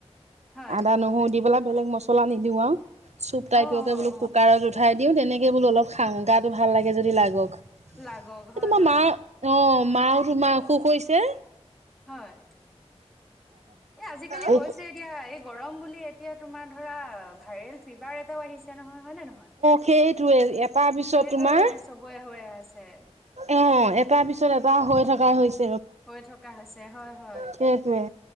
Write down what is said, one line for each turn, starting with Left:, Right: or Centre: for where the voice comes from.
Centre: হয়
Right: আদা নহৰু দি বেলেগ মছলা নিদিওঁ আৰু চুপ টাইপকে
Centre: অ অ
Right: বোলো
Centre: অ
Right: কুকাৰত উঠাই দিওঁ তেনেকে বোলো অলপ খাওঁ গাটো ভাল লাগে যদি লাগক
Centre: লাগক
Right: এই
Centre: হয়
Right: তোমাৰ
Centre: হয়
Right: মাৰ,
Centre: হয়
Right: অ মাও তোমাৰ অসুখ হৈছে।
Centre: হয়, এই আজিকালি
Right: অ',
Centre: হৈছেই দিয়া, এই গৰম বুলি এতিয়া তোমাৰ ধৰা ভাইৰেল ফিভাৰ এটাও আহিছে নহয়, হয় নে নহয়?
Right: সেইটোৱে এটাৰ পিছত
Centre: সেইটোৱেই
Right: তোমাৰ
Centre: চবৰে হৈ আছে।
Right: অ', এটাৰ পিছত এবাৰ হৈ থকা হৈছে।
Centre: হৈ থকা হৈছে। হয় হয়
Right: সেইটোৱেই,